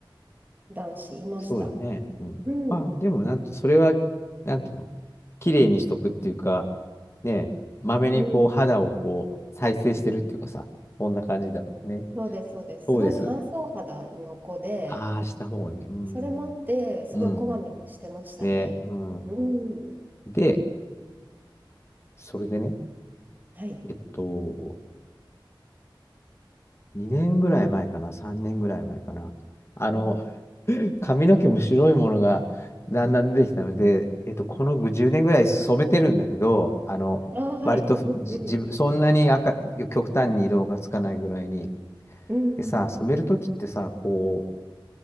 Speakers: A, on the right (about 20°); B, on the left (about 30°).
A: 男子いました。
B: そうだね。うん。
A: うん、
B: まあ、でも、なんて、それは、なんていうの、綺麗にしとくっていうか、ねえ、まめにこう、
A: うん、
B: 肌をこう、再生してるっていうかさ、そんな感じだからね。
A: そうです、そうです。
B: そうです。
A: すごい乾燥肌の子で、
B: ああ、した方がいい。うん。
A: それもあって、すごいこまめにしてましたね。
B: うん。ね、うん。
A: うん、
B: で、それでね、
A: はい。
B: えっと、2年ぐらい前かな、3年ぐらい前かな。あの、
A: うん、
B: <laughs> 髪の毛も白いものがだんだん出てきたので、えっと、この10年ぐらい染めてるんだけど、あの、
A: ああ、はい。
B: 割とじ自分、
A: うん、うん。
B: そんなに赤、極端に色がつかないぐらいに。
A: うん。
B: でさ、染めるときってさ、こう、